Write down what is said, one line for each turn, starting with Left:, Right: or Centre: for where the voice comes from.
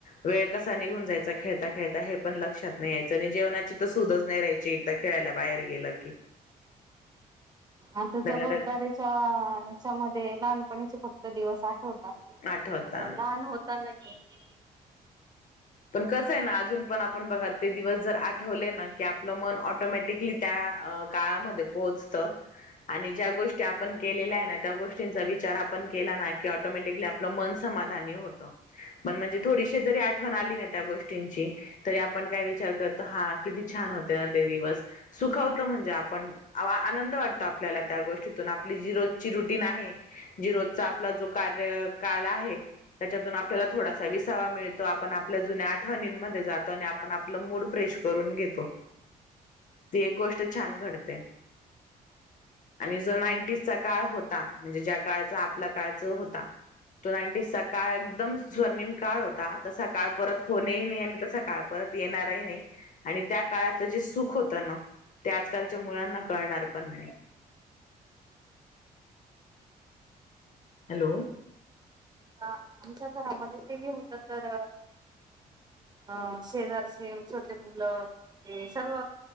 Left: वेळ कसा निघून जायचा खेळता खेळता हे पण लक्षात नाही यायचं आणि जेवणाची तर सुूदच नाही राहायची एकदा खेळायला बाहेर गेलं की
Right: आता
Left: त्यातल्या
Right: जबाबदारीच्या
Left: त्यात
Right: हच्यामध्ये लहान फक्त दिवस आठवत.
Left: आठवतात
Right: पण लहान होत. <unintelligible>
Left: पण कसं आहे ना अजून पण आपण बघा ते दिवस जर आठवले ना की आपलं मन ऑटोमॅटिकली त्या काळामध्ये पोहोचतं आणि ज्या गोष्टी आपण केलेल्या आहे ना त्या गोष्टींचा विचार आपण केला ना की ऑटोमॅटिकली आपलं मन समाधानी होतं पण म्हणजे थोडीशी जरी आठ आली ना त्या गोष्टींची तरी आपण काय विचार करतो हा किती छान होते ना ते दिवस सुखवतो म्हणजे आपण आनंद वाटतो आपल्याला त्या गोष्टीतून आपली जी रोजची रुटीन आहे जी रोजचा आपला जो कार्यकाळ आहे त्याच्यातून आपल्याला थोडासा विसावा मिळतो. आपण आपल्या जुन्या आठवणींमध्ये जातो आणि आपण आपलं मूड फ्रेश करून घेतो ती एक गोष्ट छान घडते आणि जो नाईनटीजचा काळ होता म्हणजे ज्या काळचा आपल्या काळच होता तो नाईनटीजचा काळ एकदम स्वर्णिम काळ होता. तसा काळ परत होणेही नाही आणि तसा काळ परत येणारही नाही आणि त्या काळात त्या जे सुख होतं ना त्या आजकालच्या मुलांना कळणार पण नाही हॅलो
Right: आमच्या घरामध्ये तेही होत तर अ शेजारचे छोटे मुलं सर्व